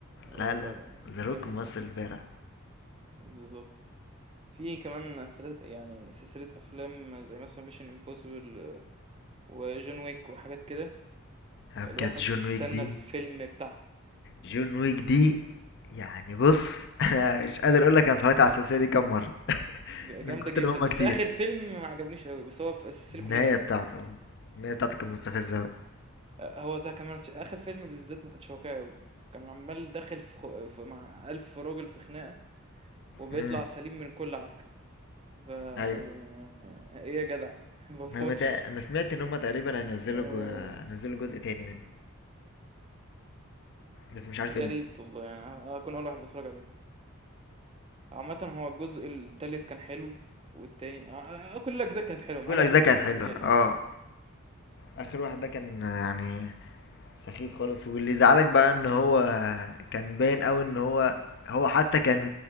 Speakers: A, on the right; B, on the left.
A: آه،
B: لا لا
A: لا، لا
B: ذا روك
A: جامد
B: ممثل
A: آه،
B: بارع
A: بالضبط. في كمان سلس- يعني سلسلة أفلام زي مثلا ميشن امبوسيبل وجون ويك وحاجات كده
B: أنا بجد
A: الواحد
B: جون
A: بيستنى
B: ويك دي
A: الفيلم بتاعها
B: جون ويك دي يعني بص <laughs> انا مش قادر اقول لك انا اتفرجت على السلسلة دي كام مرة
A: ج-
B: من
A: جامدة
B: كتر
A: جدا
B: هما
A: بس
B: كتير
A: آخر فيلم ما عجبنيش أوي بس هو في السلسلة
B: النهاية
A: كلها جامدة
B: بتاعته النهاية بتاعته كانت مستفزة أوي.
A: آه، هو ده كمان آخر فيلم بالذات ما كانش واقعي أوي كان عمال داخل في خ- في- مع ألف راجل في خناقة وبيطلع
B: امم
A: سليم من كل عركة ف يعني
B: ايوه
A: إيه يا جدع <laughs> ما
B: انا
A: بموتش
B: متع... انا سمعت ان هم تقريبا هينزلوا
A: آه،
B: جو... هينزلوا جزء تاني منه بس مش عارف
A: يا
B: امتى
A: ريت والله يعني هكون أول واحد بتفرج عليه عامة هو الجزء التالت كان حلو والتاني آه، آه، آه، آه، كل الأجزاء كانت حلوة ما
B: كل
A: عدا
B: الاجزاء
A: آخر جزء
B: كانت حلوه
A: بالنسبة لي يعني
B: اه اخر
A: مم.
B: واحد ده كان يعني سخيف خالص واللي زعلك بقى ان هو كان باين قوي ان هو هو حتى كان